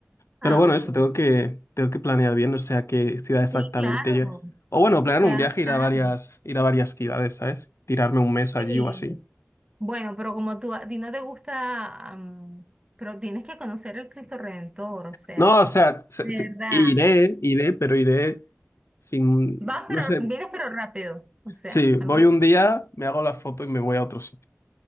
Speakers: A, on the left; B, on the right.
A: Pero
B: Ah,
A: bueno,
B: ok.
A: eso, tengo que, tengo que planear bien, o sea, qué ciudad exactamente
B: Sí, claro,
A: yo. O bueno, planear
B: claro,
A: un viaje, ir
B: claro.
A: a varias, ir a varias ciudades, ¿sabes? Tirarme un mes
B: Sí.
A: allí o así.
B: Bueno, pero como tú, a ti no te gusta, am, pero tienes que conocer el Cristo Redentor, o sea,
A: No, o sea, se-
B: de
A: se-
B: verdad.
A: iré, iré, pero iré sin,
B: Vas,
A: no
B: pero
A: sé,
B: vienes, pero rápido, o sea,
A: sí, voy
B: algo así.
A: un día, me hago la foto y me voy a otro sitio.